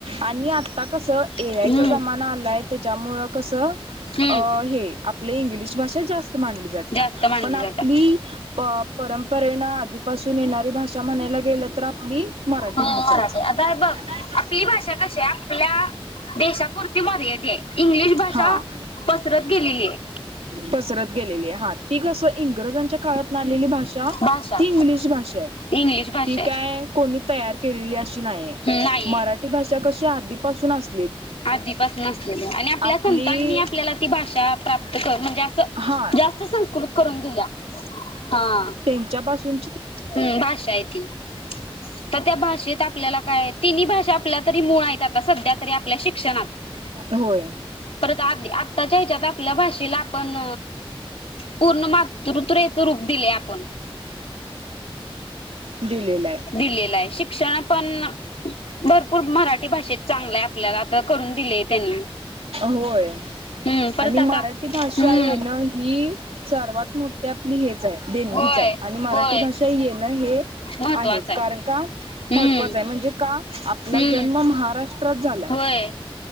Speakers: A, on the right; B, on the left.
A: आणि कस ए
B: हम्म
A: आयचा जमाना आलाय त्याच्यामुळ कस अ
B: हम्म
A: हे <unintelligible> इंग्लिश भाषा जास्त मानली जात्या,
B: जास्त मानले
A: पण आपली
B: जातात
A: प परंपरेन आधीपासून येणारी भाषा म्हणायला गेलं तर आपली मराठी
B: हो
A: भाषाच
B: मराठी
A: <unintelligible>
B: आता हे बघ आपली भाषा कशी आहे? आपल्या देशापुरती मर्यादी आय, इंग्लिश भाषा
A: हा
B: पसरत गेलेली आय.
A: पसरत गेलेली, हा ती कसं इंग्रजांच्या काळातन आलेली भाषा,
B: भाषा
A: ती इंग्लिश भाषाय
B: इंग्लिश भाषा
A: ती
B: आहे
A: काय कोणी तयार केलेली अशी नाई आय,
B: नाहीये
A: मराठी भाषा कशी आधीपासून अस
B: आधीपासून असलेले आणि आपल्या
A: आपली
B: संतांनी आपल्याला ती भाषा प्राप्त कर म्हणजे असं
A: हा
B: जास्त संस्कृत करून दिल्या, हा
A: <unintelligible> त्येंच्यापासून
B: हम् भाषाय ती त त्या भाषेत आपल्याला काय, तिन्ही भाषा आपल्या तरी मुळ आहेत आता सध्या तरी आप पल्या शिक्षणात
A: होय
B: परत आदि आत्ताच्या ह्येच्यात आपल्या भाषेला आपण पूर्ण मातृतुरेच रूप दिले आपण
A: दिले <unintelligible>
B: दिलेलं आय, शिक्षण पण भरपूर मराठी भाषेत चांगलं आय आ पल्याला आता करून दिले त्यांनी
A: होय
B: हम्म परत
A: आणि
B: आता
A: मराठी भाषा
B: हम्म.
A: येणं ही सर्वात मोठी आपली हेच आहे. देणगीच
B: होय
A: आय आणि मराठी
B: होय
A: भाषा येणं हे
B: महत्त्वाचं
A: आहेत
B: आहे.
A: कारण का
B: हम्म
A: महत्त्वाचं आय म्हणजे का आपला
B: हम्म
A: जन्म महाराष् त्रात झालाय,
B: होय